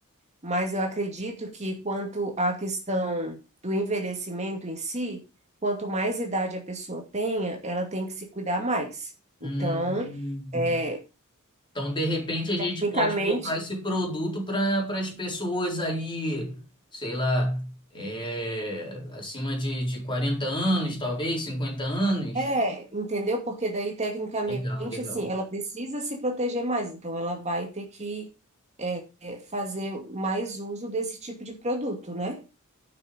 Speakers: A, on the right; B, on the left.
A: mas eu acredito que quanto à questão do envelhecimento em si, quanto mais idade a pessoa tenha, ela tem que se cuidar mais.
B: Hum.
A: Então, é,
B: Então, de repente, a gente
A: Tecnicamente,
B: pode focar esse produto para para as pessoas aí, sei lá, é, acima de, de 40 anos, talvez, 50 anos.
A: é, entendeu? Porque daí, tecnicamente,
B: Legal, legal.
A: assim, ela precisa se proteger mais, então ela vai ter que é, é, fazer mais uso desse tipo de produto, né?